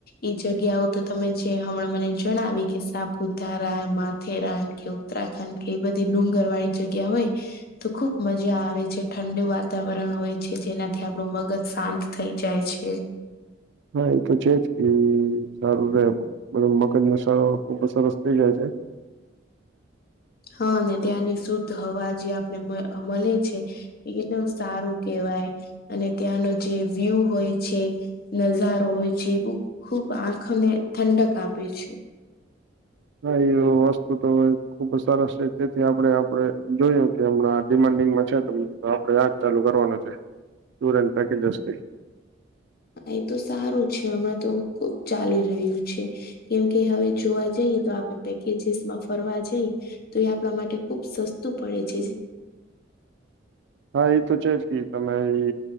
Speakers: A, on the left; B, on the right.
A: ઈ જગ્યાઓ તો તમે જે હમણાં મને જણાવી કે સાપુતારા માથેરાન કે ઉ ત્તરાખંડ કે એ બધી ડુંગરવાળી જગ્યા હોય તો ખુબ મજા આવે છે ઠંડુ વાતાવર રણ હોય છે જેનાથી આપડુ મગજ શાંત થઈ જાય છે.
B: હા એ તો છે જ કે સારું રે બધો મગજનો સા સરસ થઇ જાય છે.
A: હા અને ત્યાંની શુદ્ધ હવા જે આપને મ મલે છે. એ નો સારું કેવાય અને ત્યાંનો જે વ્યુ હોય છે. નઝારો હોય છે એ બ ખુબ આંખને ઠંડક આપે છે.
B: હા એ વસ્તુ તો ખુબ સરસ છે તેથી આપડે આપડે જોયું કે અમણાં ડિમાડિંગમાં છે તો મિત્ર આપડે આ જ ચાલુ કરવાનું છે ટુર એન્ડ પેકેજસ થી
A: એ તો સારું છે હમણાં તો ખુબ ચાલી રયુ છે. કેમ કે હવે જોવા જઈએ તો આપડે પેકેજીસમાં ફરવા જેઈ તો એ આપડા માટે ખુબ સસ્તું પડે છે જે
B: હા એ તો છે જ કે તમે એ